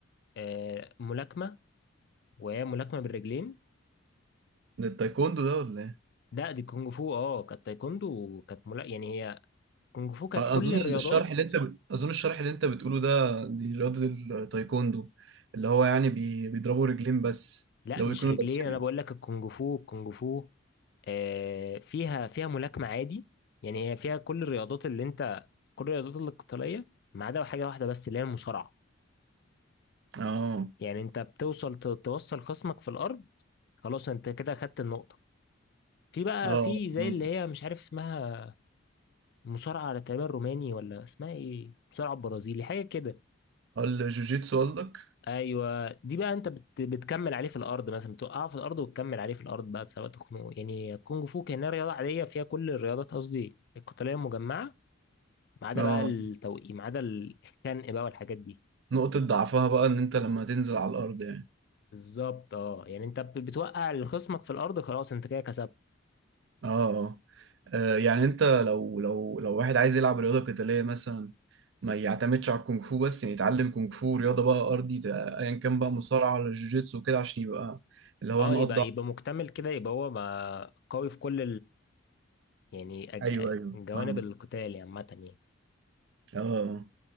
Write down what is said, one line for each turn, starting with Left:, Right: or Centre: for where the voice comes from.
Left: آه، ملاكمه وهي ملاكمه بالرجلين
Right: ده التايكوندو ده ولا
Left: لا دي كونغ فو اه كانت تايكوندو وكانت ملا... يعني هي كونغ فو كانت
Right: اظن
Left: كل الرياضات
Right: الشرح اللي انت بت... اظن الشرح اللي انت بتقوله ده دي رياضه التايكوندو اللي هو يعني بي... بيضربوا رجلين بس
Left: لا
Right: لو
Left: مش
Right: بيكونوا
Left: رجلين
Right: لابسين
Left: انا بقول لك الكونغ فو الكونغ فو آه، فيها فيها ملاكمه عادي يعني هي فيها كل الرياضات اللي انت كل الرياضات القتاليه ما عدا حاجه واحده بس اللي هي المصارعه
Right: اه
Left: يعني انت بتوصل ت- توصل خصمك في الارض خلاص انت كده خدت النقطة في بقى
Right: اه
Left: في زي
Right: فهمتك.
Left: اللي هي مش عارف اسمها مصارعة على تقريبا روماني ولا اسمها ايه مصارعة برازيلي حاجة كده
Right: اه الجوجيتسو قصدك
Left: ايوه دي بقى انت بت... بتكمل عليه في الارض مثلا بتوقعه في الارض وتكمل عليه في الارض بقى سواء تخنقه يعني كونج فو كأنها رياضة عادية فيها كل الرياضات قصدي القتالية المجمعة ما عدا
Right: اه
Left: بقى التوقيع ما عدا الخنق بقى والحاجات دي
Right: نقطه ضعفها بقى ان انت لما تنزل على الارض يعني
Left: بالظبط اه يعني انت بت- بتوقع خصمك في الارض خلاص انت كده كسبت
Right: اه اه آه، يعني انت لو لو لو واحد عايز يلعب رياضه قتاليه مثلا ما يعتمدش على الكونغ فو بس يعني يتعلم كونغ فو رياضه بقى ارضي ت- ايا كان بقى مصارعه ولا جوجيتسو كده عشان يبقى اللي هو
Left: اه
Right: نقط
Left: يبقى
Right: ضعف
Left: يبقى مكتمل كده يبقى هو ما قوي في كل يعني أج...
Right: ايوه
Left: أ-
Right: ايوه
Left: جوانب
Right: فاهمك
Left: القتال يعني عامة يعني
Right: اه آه.